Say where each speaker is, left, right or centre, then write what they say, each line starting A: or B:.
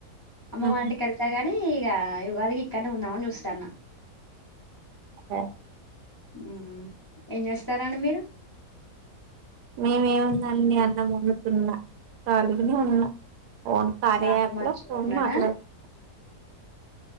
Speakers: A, on the left; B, on the right.
A: అమ్మమ్
B: హ్మ్.
A: వాంటికి వెళ్తా గాని ఇక ఉగాదికి ఇక్కడనే ఉందామని చూస్తాన్న
B: అే
A: ఉమ్. ఏం చేస్తారడి మీరు
B: మేమేముందంని అన్నం అమ్ముతున్నా కలిగుని ఉన్నా ఫోన్ కార్య
A: బాబు
B: యాప్
A: మంచిగా
B: లో ఫోన్
A: ఉన్నాడా
B: మాట్లాడుతు